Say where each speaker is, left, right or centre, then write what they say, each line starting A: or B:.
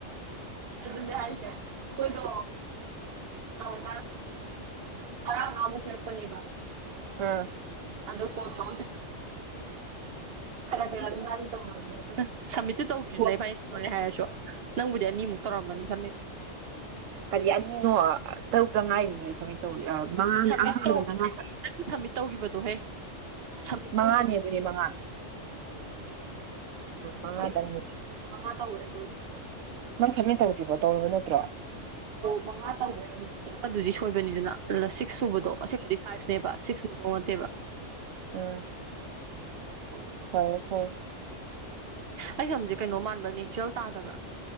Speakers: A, on the right; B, on the right.
A: ꯑꯗꯨꯅꯦ ꯍꯥꯏꯁꯦ ꯑꯩꯈꯣꯏꯗꯣ ꯇꯔꯥꯟ ꯇꯔꯥꯡ <inaudible> ꯉꯃꯨꯛ ꯂꯄꯅꯦꯕ
B: ꯑꯥ
A: ꯑꯗꯣ <inaudible> ꯐ ꯇ ꯈꯔꯒꯔꯃ ꯇ ꯑꯗꯨ ꯁꯝꯃꯤꯠꯇꯨ ꯇꯧꯗ꯭ꯔꯤꯗꯅ
B: ꯀꯣꯜ
A: ꯏꯕꯅꯤ ꯊꯅꯔꯦ ꯍꯥꯏꯔꯁꯨ ꯅꯪꯕꯨꯗꯤ ꯑꯅꯤꯃꯨꯛ ꯇꯧꯔꯝꯃꯅꯤ ꯁꯃꯤꯠ
B: ꯀꯔꯤ ꯑꯅꯤꯅꯣ ꯇꯔꯨꯛꯇ ꯉꯥꯏꯔꯤꯌꯦ ꯁꯥꯃꯤꯠ ꯇꯧꯔꯤ ꯃꯉꯥꯅꯤ
A: ꯁꯃꯤꯠ
B: ꯑꯍꯥꯟꯕꯗ
A: ꯇꯧ
B: ꯃꯉꯥ
A: ꯁꯃꯤꯠ ꯇꯧꯈꯤꯕꯗꯣꯍꯦ ꯁꯝꯃꯤꯠ
B: ꯃꯉꯥꯅꯤ
A: ꯇꯧꯈꯤꯕꯗꯣ
B: ꯑꯗꯨꯗꯤ ꯃꯉꯥꯅꯤ ꯃꯉꯥꯗꯪꯅꯤ
A: ꯑꯣ ꯃꯉ ꯀꯕꯨꯔꯦ <inaudible>
B: ꯅꯪ ꯁꯥꯃꯤꯠ ꯇꯧꯗ꯭ꯔꯤꯕꯣ ꯇꯧꯔꯕ ꯅꯠꯇ꯭ꯔꯣ
A: ꯃꯉꯥ ꯇꯧꯒꯔꯦ ꯑꯗꯨꯗꯤ ꯁꯣꯏꯕꯅꯤꯗꯅ ꯁꯤꯛꯁ ꯁꯨꯕꯗꯣ ꯑꯁꯦꯡꯕꯗꯤ ꯐꯥꯏꯚꯅꯦꯕ ꯁꯤꯛꯁ ꯁꯨꯕꯗꯨ ꯅꯠꯇꯦꯕ
B: ꯎꯝ
A: ꯑꯣ
B: ꯐꯔꯦ ꯐꯔꯦ
A: ꯑꯩ ꯁꯝꯁꯦ ꯀꯩꯅꯣ ꯃꯥꯟꯕ ꯅꯦꯆꯔꯦꯜ ꯇꯥꯗꯕ꯭ꯔꯥ